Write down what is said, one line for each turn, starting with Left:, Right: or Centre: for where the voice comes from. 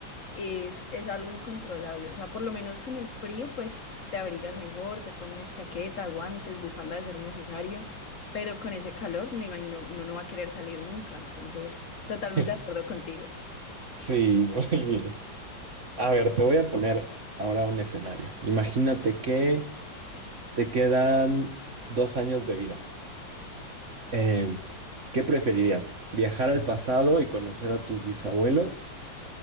Left: es, es algo incontrolable. O sea, por lo menos con el frío, pues te abrigas mejor, te pones chaqueta, guantes, bufanda de ser necesario, pero con ese calor, me imagino, uno no va a querer salir nunca. Entonces, totalmente
Right: <laughs>
Left: de acuerdo contigo.
Right: Sí, muy bien. A ver, te voy a poner ahora un escenario. Imagínate que te quedan dos años de vida. Eh, ¿qué preferirías? ¿Viajar al pasado y conocer a tus bisabuelos